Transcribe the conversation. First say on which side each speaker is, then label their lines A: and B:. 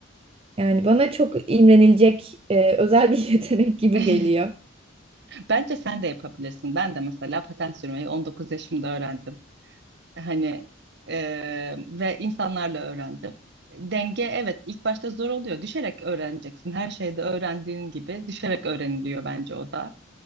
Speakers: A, on the right; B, on the right.
A: Yani bana çok imrenilecek e, özel bir <laughs> yetenek gibi
B: <laughs>
A: geliyor.
B: Bence sen de yapabilirsin. Ben de mesela paten sürmeyi 19 yaşımda öğrendim. Hani e, ve insanlarla öğrendim. Denge evet ilk başta zor oluyor. Düşerek öğreneceksin. Her şeyde öğrendiğin gibi düşerek öğreniliyor bence o da.